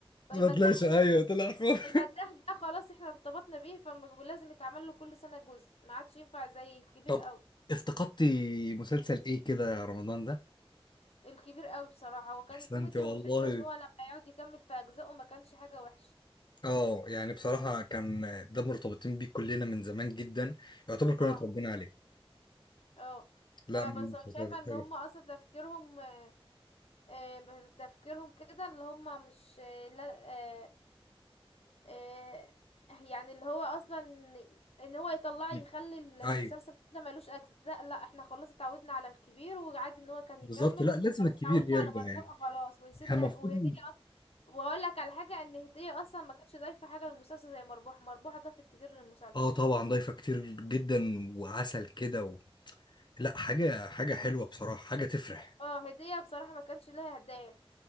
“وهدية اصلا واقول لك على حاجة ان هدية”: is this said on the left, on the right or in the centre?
Left